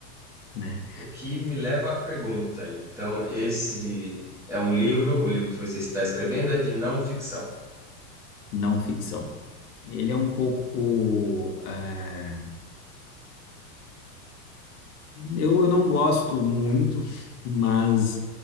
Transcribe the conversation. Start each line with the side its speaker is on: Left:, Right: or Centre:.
Left: né?
Centre: O que me leva à pergunta. Então, esse é um livro, o livro que você está escrevendo é de não ficção.
Left: Não ficção. Ele é um pouco. É... Eu, eu não gosto muito, mas